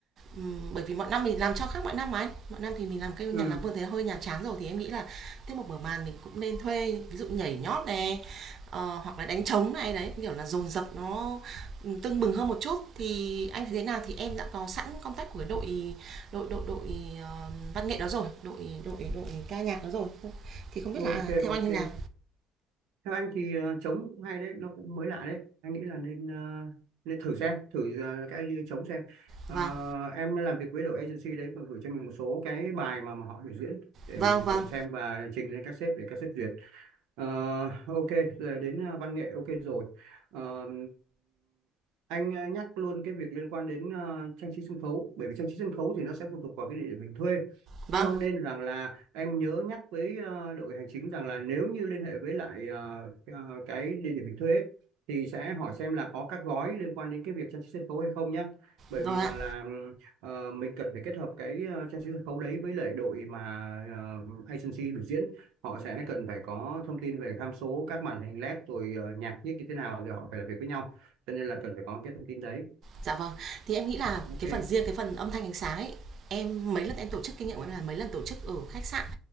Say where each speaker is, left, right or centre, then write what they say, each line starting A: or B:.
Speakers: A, on the right (about 45°); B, on the right (about 80°).
A: Ừm, bởi vì mọi năm mình làm cho khác mọi năm mà anh. Mọi năm thì mình làm cây
B: Ừ,
A: nhà làm vườn thì hơi nhàm chán rồi thì em nghĩ là tiết một mở màn mình cũng nên thuê, ví dụ nhảy nhót này ờ, hoặc là đánh trống này, đấy, kiểu là, dồn dập nó, ừ, tưng bừng hơn một chút. Thì anh thấy thế nào thì em đã có sẵn contact của đội đội đội đội, ờ, văn nghệ đó rồi, đội đội đội ca nhạc đó rồi, thì không biết
B: ok
A: là, à, theo
B: ok.
A: anh như nào?
B: Theo anh thì ờ, trống cũng hay đấy, nó cũng mới lạ đấy. Anh nghĩ là nên ờ, nên thử xem, thử ờ, cái idea trống xem. Ờ,
A: Vâng,
B: em đã làm việc với đội agency đấy và gửi cho mình một số cái bài mà, mà họ biểu diễn để
A: vâng,
B: mình
A: vâng,
B: cùng xem và trình lên các sếp để các sếp duyệt. Ờ, ok, giờ đến ờ, văn nghệ ok rồi. Ờ, anh ờ, nhắc luôn cái việc liên quan đến ờ, trang trí sân khấu, bởi vì trang trí sân khấu thì nó sẽ phụ thuộc vào cái địa điểm mình thuê
A: vâng,
B: cho nên rằng là em nhớ nhắc với ờ, đội hành chính rằng là nếu như liên hệ với lại ờ, ờ, cái địa điểm mình thuê ấy, thì sẽ hỏi xem là có các gói liên quan đến cái việc trang trí sân khấu hay không nhé bởi
A: rồi
B: vì rằng
A: ạ.
B: là ừm, ờ, mình cần phải kết hợp cái ờ, trang trí sân khấu đấy với lại đội mà ờ, agency biểu diễn họ sẽ cần phải có thông tin về tham số các màn hình LED rồi ờ, nhạc nhiếc như thế nào rồi họ phải làm việc với nhau cho nên là cần phải có cái thông tin đấy
A: Dạ vâng. Thì em nghĩ là
B: ok
A: cái phần riêng cái phần âm thanh ánh sáng ấy, em mấy lần em tổ chức kinh nghiệm của em là mấy lần tổ chức ở khách sạn